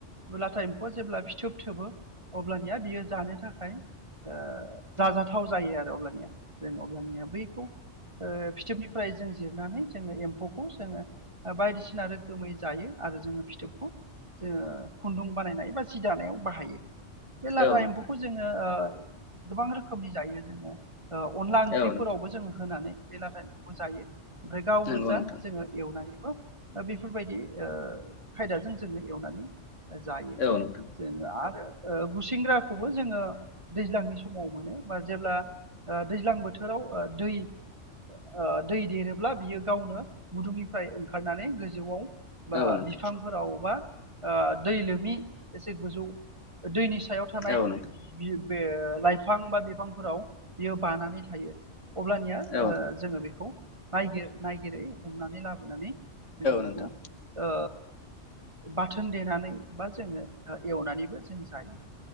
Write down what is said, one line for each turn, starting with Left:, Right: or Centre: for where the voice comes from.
Right: लाथा एम्फौआ जेब्ला फिथोब थोबो अब्लानिया बियो जानो थाखाय ओ जाजाथाव जायो आरो अब्लानिया जों अब्लानिया बैखौ ओ फिथोबनि फ्राय जों जिरनानै जोङो एम्फौखौ जोङो ओ बायदिसिना रोखोमै जायो आरो जोङो फिथोबखौ जोङो खुन्दुं बानायनाय बा जि दानायाव बाहायो बे लाथा
Left: औ नोंथां
Right: एम्फौखौ जोङो ओ गोबां रोखोमनि जायो जोङो ओ अनला ओंख्रिफोरावबो
Left: औ नोंथां
Right: जोङो होनानै बे लाथा जायो ओमफ्राय गाव
Left: नंगौ
Right: गोजा
Left: नोंथां
Right: जोङो एवनानै बो ओ बेफोरबायदि ओ खायदाजों जोङो एवनानै जायो
Left: औ नोंथां
Right: जोङो आरो ओ गुसिंग्राखौबो जोङो दैज्लांनि समाव मोनो बा जेब्ला ओ दैज्लां बोथोराव ओ दै ओ दै देरोब्ला बियो गावनो गुदुंनिफ्राय ओंखारनानै गोजौआव बा
Left: औ नोंथां
Right: बिफांफोराव बा ओ दै लोमि एसे गोजौ दैनिस सायाव थानाय
Left: औ नोंथां
Right: बियो‌ बे लाइफां बा बिफांफोराव बियो बानानै थायो अब्लानिया
Left: औ
Right: ओ खौ नायगिर-नायगिरै हमनानै लाबोनानै जोङो बेखौ
Left: नोंथां
Right: ओ बा थोन देनानै बा जोङो एवनानैबो जों जायो